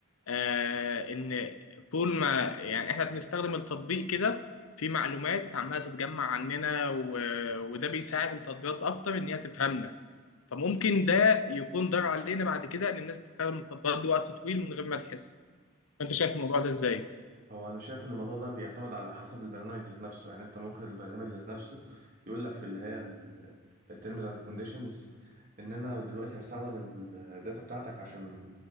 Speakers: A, on the left; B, on the right.
A: آه إن طول ما يعني إحنا بنستخدم التطبيق كده في معلومات عمالة تتجمع عننا و... وده بيساعد التطبيقات أكتر إن هي تفهمنا فممكن ده يكون ضرر علينا بعد كده إن الناس تستخدم التطبيقات دي وقت طويل من غير ما تحس انت شايف الموضوع ده ازاي
B: هو انا شايف ان الموضوع ده بيعتمد على حسب البرنامج ذات نفسه يعني انت ممكن البرنامج ذات نفسه يقول لك في اللي هي التيرمز اند كونديشنز ان انا دلوقتي هستخدم الداتا بتاعتك عشان